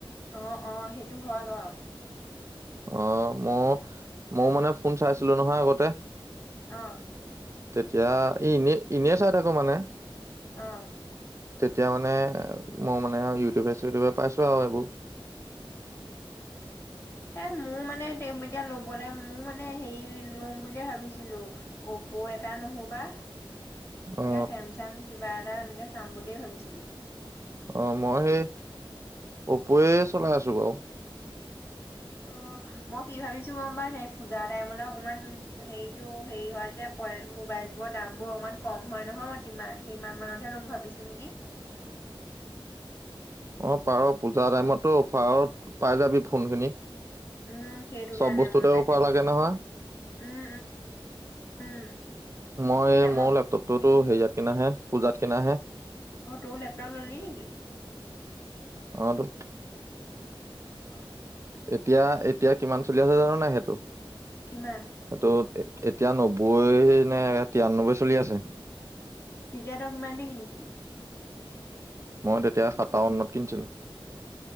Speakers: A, on the left; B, on the right.
A: অ' অ' সেইটো হয় বাৰু।
B: অ' মই মইও মানে ফোন চলাইছিলো নহয় আগতে।
A: অ'।
B: তেতিয়া ই এনে, এনে চাই থাকো মানে।
A: অঁ।
B: তেতিয়া মানে, মই মানে ইউটিউবে চিউটিউবে পাইছো আৰু এইবোৰ।
A: উম উম, এ মোৰ মানে এতিয়া লবলৈ মোৰ মানে হেৰি লম বুলিয়ে ভাবিছিলো অপ' এটা নহোবা। এনেকা
B: অ
A: চেমচাং। কিবা এটা এনেকে চাম বুলিয়ে ভাবিছিলো।
B: অ' মই সেই অপ'য়ে চলাই আছো বাৰু।
A: অ' মই কি ভাবিছো গম পাইচা এ পূজা টাইমলৈ অকমান হেৰিতটো হেৰি হয় যে পৰে মোবাইলবোৰ দামবোৰ অকমান কম হয় নহয় মই সিমান মানতহে লম ভাবিছো নেকি।
B: অ' পাৰ পূজাৰ টাইমতো অফাৰত পাই যাবি ফোন খিনি।
A: উম্ সেইটো
B: চব
A: কাৰণে
B: বস্তুতে
A: মই তাকে
B: অফাৰ
A: ভাবিছো
B: লাগে নহয়
A: উম, উম, উম।
B: মই
A: এই আমাৰ
B: মোৰ লেপটপ টোওতো
A: হেৰি
B: হেৰিয়াত কিনি পূজাত কিনাহে।
A: অ' তোৰ লেপটপ ললি নেকি?
B: অ' টো।
A: অ'। অ'।
B: এতিয়া, এতিয়া কিমান চলি আছে জানা নাই সেইটো।
A: কিমান?
B: সেইটো এতিয়া নব্বৈ নে তিৰান্নব্বৈ চলি আছে।
A: তেতিয়া তই কিমান দি কিনিছিলি?
B: মই তেতিয়া সাতাৱন্নত কিনিছিলো।